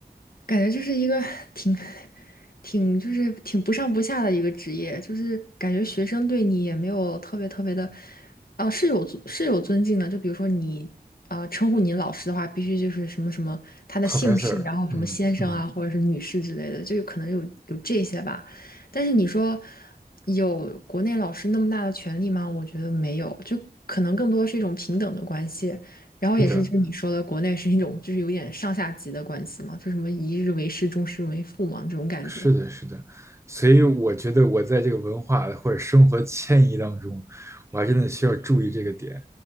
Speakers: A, on the left; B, on the right.
A: 感觉就是一个 <laughs> 挺，挺就是挺不上不下的一个职业，就是感觉学生对你也没有特别特别的。啊，是有尊是有尊敬的，就比如说你啊、称呼你老师的话，必须就是什么什么他的姓氏，
B: ，Professor。
A: 然后什么先生啊，
B: 嗯嗯，
A: 或者是女士之类的，就有可能有有这些吧。但是你说有国内老师那么大的权利吗？我觉得没有，就可能更多是一种平等的关系。然后也是就是你说的，
B: 是的，
A: 国内是一种就是有点上下级的关系嘛，就什么一日为师，终身为父嘛，这种感觉。
B: 是的，是的。所以我觉得我在这个文化的或者生活迁移当中，我还真的需要注意这个点。